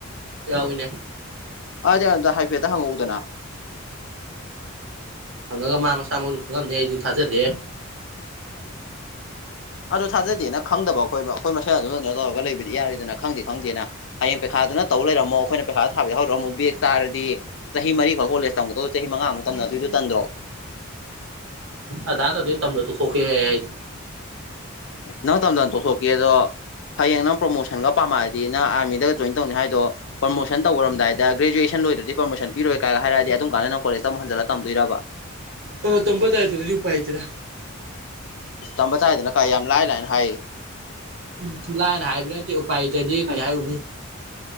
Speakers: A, on the right; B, on the left.
A: ꯌꯥꯎꯅꯦ
B: ꯑꯗꯨꯗꯤ ꯑꯗꯨꯗ ꯍꯥꯏꯐꯦꯠꯇ ꯍꯪꯉꯛꯎꯗꯅ
A: ꯊꯪꯉꯒ ꯃꯥ ꯃꯁꯥꯃꯛꯁꯨ ꯈꯪꯉꯝꯅꯤ ꯑꯩꯗꯨ ꯊꯥꯖꯗꯦ
B: ꯑꯗꯨ ꯊꯥꯖꯗꯦꯅ ꯈꯪꯗꯕ ꯑꯩꯈꯣꯏ ꯑꯩꯈꯣꯏ ꯃꯁꯦꯜ ꯑꯗꯨꯗꯅ ꯇꯧꯔꯒ ꯂꯩꯕꯗꯤ ꯌꯥꯔꯤꯗꯅ ꯈꯪꯗꯦ ꯈꯪꯗꯦꯅ ꯍꯌꯦꯡ ꯄꯩꯈꯥ ꯑꯗꯨ ꯇꯧ ꯂꯩꯔꯝꯃ ꯑꯩꯈꯣꯏꯅ ꯄꯩꯁꯥ ꯊꯥꯕ ꯌꯥ ꯍꯧꯔꯝꯨ ꯕꯦ ꯆꯥꯔꯗꯤ ꯆꯍꯤ ꯃꯔꯤꯈꯛ ꯀꯣꯂꯦꯖ ꯇꯝꯃꯛꯇꯣ ꯆꯍꯤ ꯃꯉꯥꯃꯨꯛ ꯇ ꯑꯗꯨꯗꯤ ꯇꯗ꯭ꯔꯣ
A: ꯑꯗꯅ ꯑꯗꯨ ꯇꯝꯅ ꯇ ꯈꯀꯦ ꯍꯥꯏ
B: ꯅꯪ ꯇꯝꯗꯅ ꯇꯣꯊꯣꯛꯀꯦꯗꯣ ꯍꯌꯦꯡ ꯅꯪ ꯄ꯭ꯔꯣꯃꯣꯁꯟꯒ ꯄꯥꯝꯃꯛꯑꯗꯤ ꯅꯪꯥꯔꯃꯤꯒ ꯖꯣꯏ ꯇꯧꯅꯤ ꯍꯥꯏꯗꯣ ꯄ꯭ꯔꯣꯃꯣꯁꯟ ꯇꯧꯔꯝꯗꯥꯏꯗ ꯒ꯭ꯔꯦꯖꯨꯑꯁꯟ ꯂꯣꯏꯗ꯭ꯔꯗꯤ ꯄꯔꯣꯁꯟ ꯄꯔꯣꯏ ꯀꯥꯏꯒ ꯍꯥꯏꯔꯗꯤ ꯑꯗꯨꯝ ꯀꯥꯟ ꯅꯪ ꯀꯣꯂꯦꯖ ꯑꯃꯨꯛꯟꯖꯜꯂꯝꯣꯏꯔꯕ
A: ꯍ ꯇꯝꯕꯇꯥꯏ ꯇꯣꯏ ꯑꯗꯨ ꯨꯄꯥ ꯍꯥꯏꯇꯔꯥ
B: ꯑꯁ ꯇꯝꯕ ꯇꯥꯏꯗꯅ ꯀꯥꯏ ꯌꯥꯝ ꯂꯥꯏ ꯂꯥꯏꯅ ꯍꯥꯏ
A: ꯎꯝ ꯂꯥꯏꯅ ꯍꯥꯏꯕ ꯅꯠꯇꯦ ꯎꯄꯥꯏꯇꯗꯤ ꯀꯩ ꯍꯥꯏꯌꯨꯅꯤ